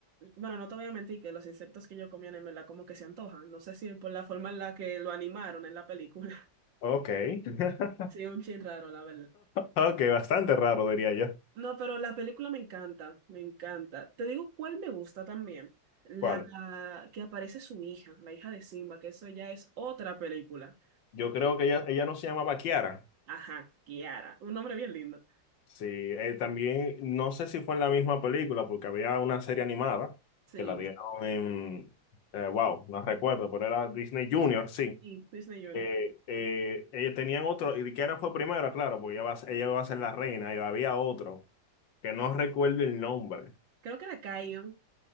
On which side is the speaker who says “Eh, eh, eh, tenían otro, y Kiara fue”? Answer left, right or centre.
Left